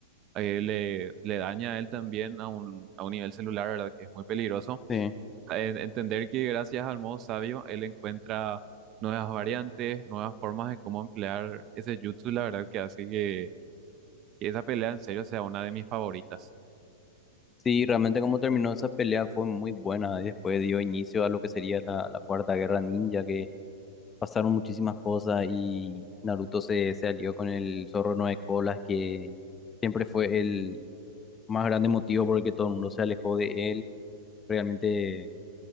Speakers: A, on the right; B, on the left.
A: eh, le, le daña a él también a un, a un nivel celular, ¿verdad? Que es muy peligroso.
B: Sí.
A: Eh, entender que gracias al modo sabio, él encuentra nuevas variantes, nuevas formas de cómo emplear ese jutsu, la verdad que hace que, que esa pelea en serio sea una de mis favoritas.
B: Sí, realmente como terminó esa pelea fue muy buena. y Después dio inicio a lo que sería la, la Cuarta Guerra Ninja, que pasaron muchísimas cosas y Naruto se, se alió con el Zorro Nueve Colas, que siempre fue el más grande motivo por el que todo el mundo se alejó de él. Realmente